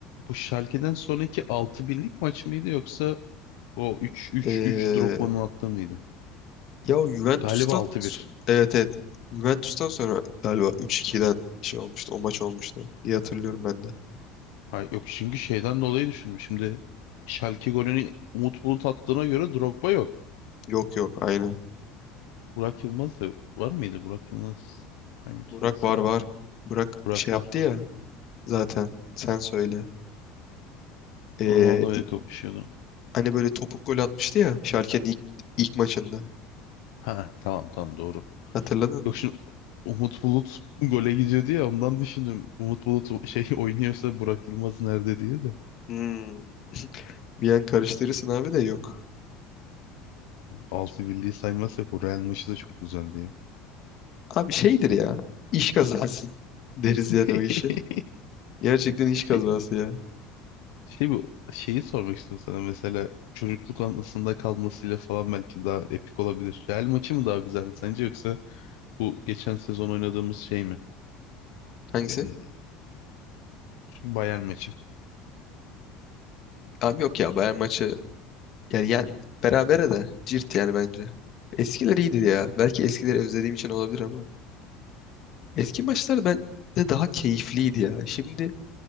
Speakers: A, on the left; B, on the left.
A: Bu Schalke'den sonraki altı birlik maç mıydı yoksa o üç üç
B: Ee,
A: üç Drogba'nın attığı mıydı?
B: ya o Juventus'tan
A: Galiba altı
B: so-
A: bir
B: evet evet. Juventus'tan sonra galiba üç iki'den şey olmuştu. O maç olmuştu. diye hatırlıyorum ben de.
A: Hayır, yok çünkü şeyden dolayı düşündüm. Şimdi Schalke golünü Umut Bulut attığına göre Drogba yok.
B: Yok yok aynı.
A: Burak Yılmaz da var mıydı? Burak Yılmaz hangi
B: Burak
A: o sezon?
B: var var. Burak
A: Burak
B: şey yaptı
A: var.
B: ya zaten. Sen söyle. Ee,
A: Ronaldo ile kapışıyordu.
B: Hani böyle topuk gol atmıştı ya Schalke'nin ilk, ilk maçında.
A: Ha tamam tamam doğru.
B: Hatırladın?
A: Yok şimdi Umut Bulut <laughs> gole gidiyordu ya ondan düşündüm. Umut Bulut o- şey <laughs> oynuyorsa Burak Yılmaz nerede diye de.
B: Hmm. Bir an karıştırırsın abi de yok.
A: altı birliği saymazsak o Real maçı da çok güzeldi ya.
B: Abi şeydir ya. İş kazası <laughs> deriz
A: <laughs>
B: yani o işi. Gerçekten iş
A: Şey,
B: kazası ya.
A: şey bu şeyi sormak istiyorum sana mesela çocukluk anısında kalmasıyla falan belki daha epik olabilir. Real maçı mı daha güzeldi sence yoksa bu geçen sezon oynadığımız şey mi?
B: Hangisi?
A: Ee, Bayern maçı.
B: Abi yok ya Bayern maçı yani, yani berabere de cirt yani bence. Eskiler iyiydi ya. Belki eskileri özlediğim için olabilir ama. Eski maçlar ben de daha keyifliydi ya. Şimdi